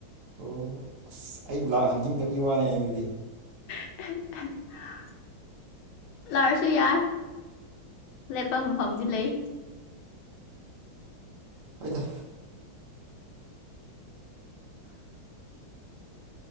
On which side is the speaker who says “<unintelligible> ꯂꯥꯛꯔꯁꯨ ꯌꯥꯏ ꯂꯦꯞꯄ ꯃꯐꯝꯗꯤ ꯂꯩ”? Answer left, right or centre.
Left